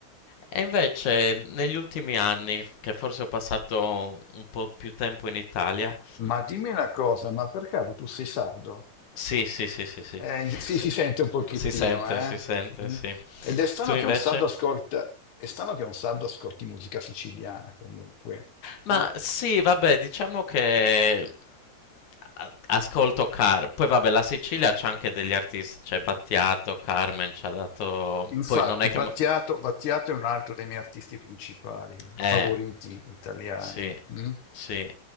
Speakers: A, on the left; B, on the left.
A: E invece negli ultimi anni, che forse ho passato un po' più tempo in Italia,
B: Ma dimmi una cosa, ma per caso tu sei sardo?
A: sì, sì, sì, sì, sì,
B: Eh, sì, si sente un
A: <laughs>
B: pochettino,
A: si sente,
B: eh?
A: si sente,
B: Mm.
A: sì.
B: Ed è strano
A: Tu invece?
B: che un sardo ascolta, è strano che un sardo ascolti musica siciliana comunque.
A: Ma
B: Mm.
A: sì, vabbè, diciamo che a- ascolto Car. Poi vabbè, la Sicilia c'ha anche degli artisti, c'è Battiato, Carmen ci ha dato...
B: Infatti,
A: Poi non è che...
B: Battiato,
A: m-
B: Battiato è un altro dei miei artisti principali,
A: Eh,
B: favoriti italiani.
A: Sì,
B: mm.
A: sì.